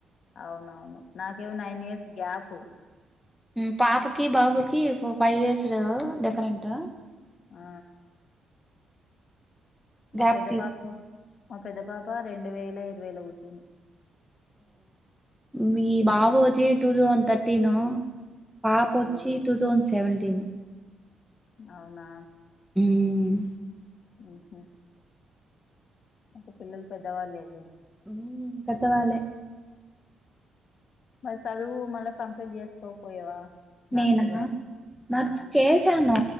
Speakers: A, on the left; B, in the centre.
A: అవునవును నాకేమో నైన్ ఇయర్స్ గ్యాపు
B: హ్ పాపకి బాబుకి ఫోర్ ఫైవ్ ఇయర్స్ డిఫరెంట్
A: ఆ మా
B: గ్యాప్
A: పెద్ద
B: తీసుకు
A: పాప్ మా పెద్ద పాప రెండు వేల ఇరవైలో బుట్టింది
B: మీ బాబు వచ్చి టూటుఅన్ తర్టీన్ పాపొచ్చి
A: ఉమ్,
B: టూ తౌన్ సెవెంటీన్
A: అవునా
B: హ్మ్
A: ఊహు అంటే పిల్లలు పెద్దవాళ్ళేదే
B: ఉమ్ పెద్దవాలే
A: మరి చదువు మళ్ళ కంప్లీట్ చేసుకోకపోయేవా నర్సుగా
B: నేనా నర్స్
A: ఆ
B: చేసాను